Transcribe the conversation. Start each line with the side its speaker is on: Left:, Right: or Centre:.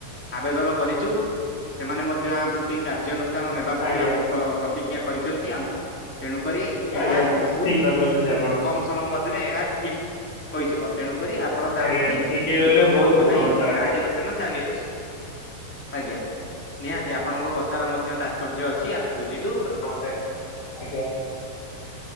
Centre: ଆବେଦନ କରିଚୁ ସେମାନେ ମଧ୍ୟ ଆ ପ୍ରତି କାର୍ଯ୍ୟାନୁ ସ୍ଥାନ ନେବା ପ୍ରତି
Left: ଆଜ୍ଞା
Centre: ଆମକୁ ପ୍ର ପ୍ରତିଜ୍ଞା କରିଚନ୍ତି ଆମ ତେଣୁ କରି
Left: ଆଜ୍ଞା
Centre: ଏହା ବହୁତ
Left: ଠିକ୍ କଥା କହୁଛନ୍ତି ଆପଣ
Centre: କମ ସମୟ ମଧ୍ୟରେ ଏହା ଠିକ। ହୋଇଯିବ ତେଣୁକରି ଆପଣ ତା
Left: ଆଜ୍ଞା
Centre: ପ୍ରତି
Left: ଠିକ୍ ହେଇଗଲେ
Centre: ବ୍ୟସ୍ତ
Left: ବହୁତ
Centre: ହୁଅନ୍ତୁ
Left: ଭଲ
Centre: ନାହିଁ
Left: ହୁଅନ୍ତା ଆଜ୍ଞା।
Centre: କାର୍ଯ୍ୟାନୁ ଷ୍ଟାନ ଚାଲି ଅଛି ଆଜ୍ଞା। ନିହାତି ଆପଣଙ୍କ କଥାର ମଧ୍ୟ ତାତ୍ପର୍ଯ୍ୟ ଅଛି ଆମେ ବୁଝିଲୁ।
Left: ହ ତେ ଆଜ୍ଞା।